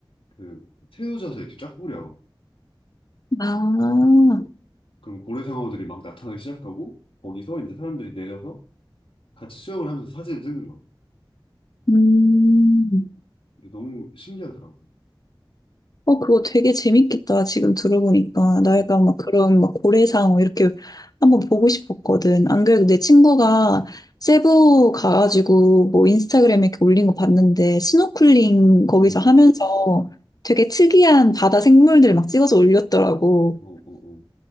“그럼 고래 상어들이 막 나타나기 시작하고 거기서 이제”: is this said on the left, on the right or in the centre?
Left